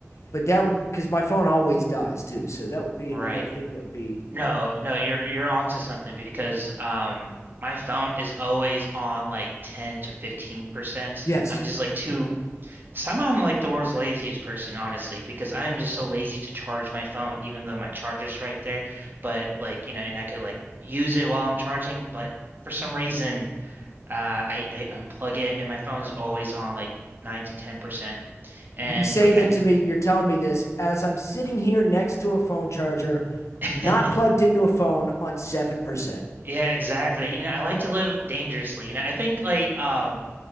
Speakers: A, on the left; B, on the right.
A: but that would because my phone always dies too, so that would be
B: right.
A: another thing that would be
B: No, no, you're you're onto something because um, my phone is always on like 10 to 15%.
A: yes.
B: I'm just like too Somehow I'm like the world's laziest person, honestly, because I'm just so lazy to charge my phone, even though my charger's right there. But like, you know, and I could like use it while I'm charging, but for some reason, uh, I, I unplug it and my phone is always on like nine to 10%. And
A: You say
B: like,
A: that
B: I,
A: to me, you're telling me this as I'm sitting here next to a phone charger,
B: <laughs>
A: not plugged into a phone on 7%.
B: yeah, exactly. You know, I like to live dangerously. You know, I think like, um,